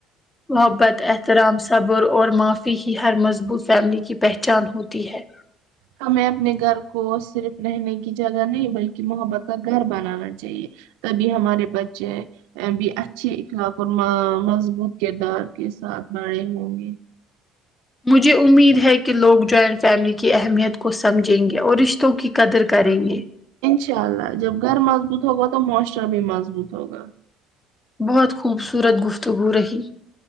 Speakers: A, on the left; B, on the right.
A: محبت احترام سے- صبر اور معافی ہی ہر مضبوط فیملی کی پہچان ہوتی ہے-
B: ہمیں اپنے گھر کو صرف رہنے کی جگہ نہیں بلکہ محبت کا گھر بنانا چاہیے- تبھی ہمارے بچے- بھی اچھے اخلاق اور مضبوط کردار کے ساتھ بڑے ہوں گے-
A: مجھے امید ہے کہ لوگ جوائنٹ فیملی کی اہمیت کو سمجھیں گے اور رشتوں کی قدر کریں گے-
B: انشاء اللہ جب گھر مضبوط ہوگا تو معاشرہ بھی مضبوط ہوگا-
A: بہت خوبصورت گفتگو رہی